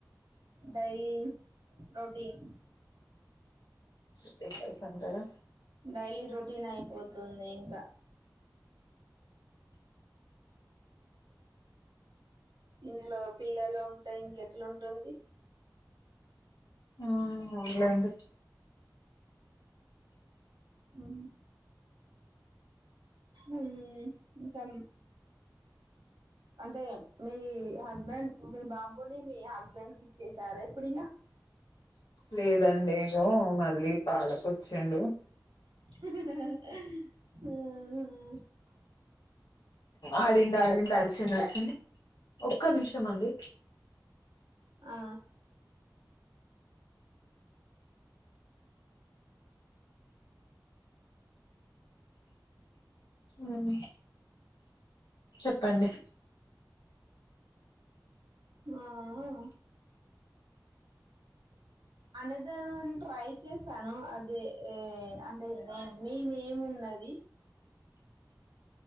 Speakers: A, on the right; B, on the left.
A: డైలీ రొటీన్
B: ఫ్రెషర్స్ అందరూ
A: డైలీ రొటీన్ అయిపోతుంది ఇంకా ఇంట్లో పిల్లలు ఉంటే ఇంకా ఎట్లాంటుంది
B: ఆ అవునులెండి
A: హు ఊ ఇంకా అంటే మీ హస్బెండ్ మీ బాబుని మీ హస్బెండ్ కి ఇచ్చేసారా ఇప్పుడు ఇగా
B: లేదండి ఏదో మళ్ళీ పాలకొచ్చిండు
A: అహ
B: ఆడిండు ఆడిండు అరిసిండు అరిసిండు ఒక్క నిమిషం అండి
A: ఆ
B: ఆ హు చెప్పండి,
A: ఆ ఆ అనేధర్ వన్ ట్రై చేసాను అది అంటే నేను నీ నేమ్ ఉన్నది